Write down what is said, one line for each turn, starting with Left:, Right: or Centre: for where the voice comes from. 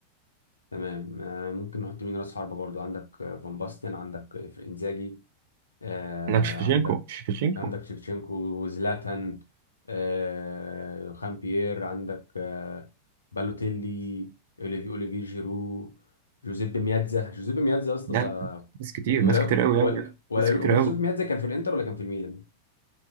Left: تمام آه، ممكن نحط مين راس حربة برضو عندك آه، فان باستن عندك آه، انزاجي آه
Right: انك شفتشينكو
Left: عندك
Right: شفتشينكو
Left: عندك شيفتشينكو وزلاتان آه خامبيير عندك آه بالوتيلي اوليفي اوليفي جيرو جوزيب مياتزا جوزيب مياتزا يا اسطى
Right: يعني
Left: ده
Right: ناس كتير
Left: ولا
Right: ناس كتير قوي
Left: ولا
Right: قوي
Left: ولا
Right: ناس كتير
Left: هو جوزيب
Right: قوي
Left: مياتزا كان في الانتر ولا كان في الميلان؟